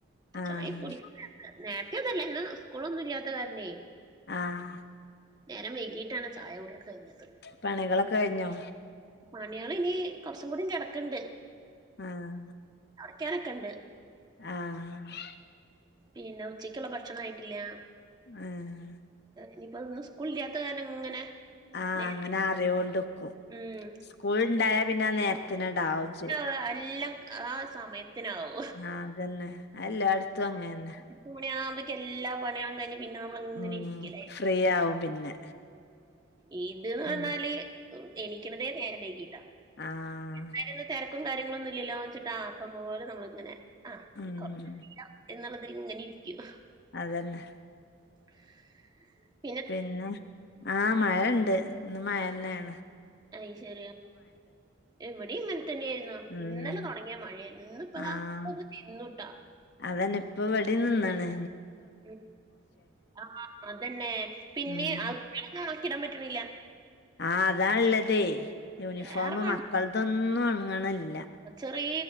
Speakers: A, on the left; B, on the right.
A: ആഹ്
B: ചായ <unintelligible> നേരത്തെ ഒന്നല്ലേ ഇന്ന് സ്കൂളൊന്നും ഇല്ലാത്ത കാരണെ
A: ആഹ്
B: നേരം വൈകിട്ടാണ് ചായ കുടിക്കെ കഴിഞ്ഞത്
A: പണികളൊക്കെ കഴിഞ്ഞോ
B: പണ്യാളിനി കൊറച്ചും കൂടി കിടക്കണ്ട്
A: ആഹ്
B: തൊടക്കാനൊക്കെണ്ട്
A: ആഹ്
B: പിന്നെ ഉച്ചയ്ക്കുള്ള ഭക്ഷണം ആയിട്ടില്ല
A: ആഹ്
B: നിയിപ്പൊ ഇന്നു സ്കൂളില്ലാത്ത കാരണം ഇങ്ങനെ
A: ആഹ്
B: നേ-
A: അങ്ങനെ ആറിയോണ്ട്ക്കും
B: ഉം
A: സ്കൂൾ ഇണ്ടായാ പിന്നെ നേരത്തിനണ്ടാവും ചെയ്യും
B: അ അല്ലാം ആ സമയത്തിനാവും
A: ആഹ് അതെന്നെ എല്ലാടത്തും അങ്ങന്നെ
B: എട്ട് മണ്യാമ്പേക്ക് എല്ലാ പണികളും കഴിഞ്ഞ് പിന്നെ നമ്മളിങ്ങനെ
A: ഉം
B: ഇരിക്കലായിരിക്കും
A: ഫ്രീ ആവും പിന്നെ
B: ഇത്ന്ന്നഞ്ഞാല്
A: ഉം
B: എണിക്കണതേ നേരം വൈകിട്ടാ
A: ആഹ്
B: <unintelligible> തിരക്കും കാര്യങ്ങളൊന്നും ഇല്ലല്ലോച്ചിട്ട് ആക്കംപോലെ നമ്മളിങ്ങനെ ആ
A: ഉം
B: <unintelligible> എന്നുള്ളത് ഇങ്ങനെ ഇരിക്കും
A: അതന്നെ
B: <inaudible>
A: പിന്നെ ആഹ് മഴണ്ട് ഇന്ന് മഴന്നെയാണ്
B: അത് ശരിയാ ഇവിടെ ഇങ്ങനെ തന്നെയായിന്നു
A: ഉം
B: ഇന്നലെ തൊടങ്ങിയ മഴയായിരുന്നു ഇന്നിപ്പതാ
A: ആഹ്
B: ഇപ്പൊന്ന് നിന്നുട്ടാ
A: അതന്നെ ഇപ്പവടിം നിന്ന്ണ്
B: മ് ആഹ് അതന്നെ പിന്നെ
A: ഉം
B: തുണിയൊന്നും ഒണക്കൻ ഇടാൻ പറ്റണില്ല
A: ആഹ് അതാ ള്ളതെ യൂണിഫോം
B: വേറെ
A: മക്കളതൊന്നും ഒണങ്ങണില്ല
B: ചെറീ